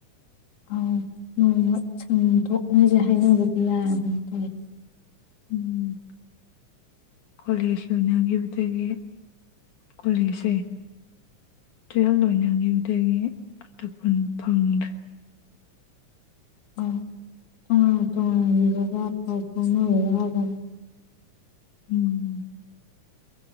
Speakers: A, on the left; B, on the left.
A: ꯑꯥꯎ ꯅꯣꯡꯃ ꯁꯟꯗꯣꯛꯅꯁꯦ ꯍꯥꯏꯅꯕꯗꯤ ꯌꯥꯔꯕꯅꯤ ꯇꯧꯏꯁꯦ
B: ꯎꯝ ꯀꯣꯂꯦꯖ ꯂꯣꯏꯅꯈꯤꯕꯈꯤꯕꯗꯒꯤ ꯀꯣꯂꯦꯖꯁꯦ ꯇꯨꯌꯦꯜꯕ ꯂꯣꯏꯅꯈꯤꯕꯗꯒꯤ ꯑꯝꯇ ꯄꯨꯟ ꯐꯪꯗ꯭ꯔꯦ
A: ꯑꯣ ꯇꯣꯉꯥꯟ ꯇꯣꯉꯥꯟꯒꯤꯕꯒ ꯄꯥꯎ ꯐꯥꯎꯅꯕ ꯋꯥꯒ꯭ꯔꯥꯝꯅꯤ
B: ꯎꯝ